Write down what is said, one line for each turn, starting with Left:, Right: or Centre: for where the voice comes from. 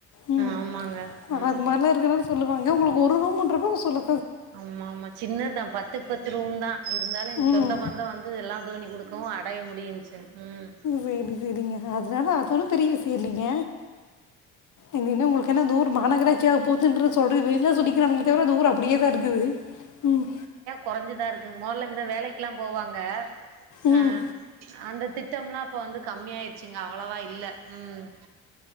Left: ம்
Right: ஆமாங்க ம்
Left: அது மார்லா இருக்கனால சொல்லுவாங்க உங்களுக்கு ஒரு ரூம்முன்றப்போ சொல்லு
Right: ஆம்மாம்மா சின்னதா பத்துக்கு பத்து ரூம் தா இருந்தாலு எங்
Left: ம்
Right: சொந்த பந்தோ வந் து எல்லா இதுபண்ணிகொடுக்கவு அடைய முடியுஞ்சு ம்
Left: செரி செரிங்க அதனால அதொன்னு பெரிய விஷயோ இல்லிங்க இனி எ என்ன உங்ளுக்கு என்ன தூர் மாநகராட்சியா போதுன்ற சொல்ற வெளியில சொல்லிக்கிறாங்க தவிர அந்த ஊர் அப்படியே தா இருக்குது ம்
Right: கொறைஞ்சுதா இருக்கு மொதல்ல இந்த வேலைக்கெல்லா போவாங்க
Left: ம்
Right: அ அந்த திட்டம்லா இப்ப வந்து கம்மியாயிருச்சுங்க அவ்வளவா இல்ல ம்